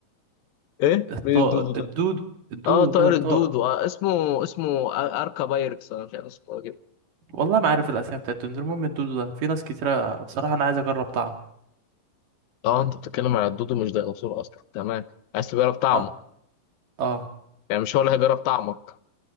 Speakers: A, on the left; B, on the right.
A: ايه
B: الطائر
A: مين الدودو ده
B: الدودو الدودو
A: اه طائر
B: كده الطائر
A: الدودو آه اسمه اسمه أر- اركا بايركس انا مش عارف اسمه إيه كده
B: والله ما عارف الأسامي بتاعته المهم الدودو ده في ناس كتيرة بصراحة أنا عايز أجرب طعمه
A: اه انت بتتكلم على الدودو مش ديناصور اصلا تمام عايز تجرب طعمه
B: أه أه
A: يعني مش هو اللي هيجرب طعمك